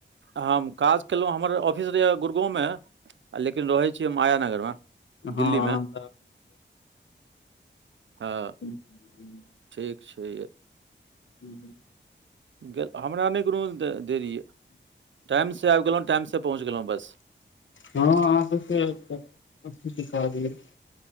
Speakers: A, on the right; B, on the left.
A: हम काज केलहुँ हमर ऑफिस रहए गुड़गाँव में आ लेकिन रहै छीयै माया नगरमे
B: हँ
A: दिल्ली में हँ
B: हं
A: ठीक छय य
B: हूँ हूँ
A: गेल हमरा नय कोनो देरी यऽ टाइमसँ आब गेलहुँ टाइमसँ पहुँच गेलहुँ बस
B: हँ अहाँ सब से अथीसँ कह दियइ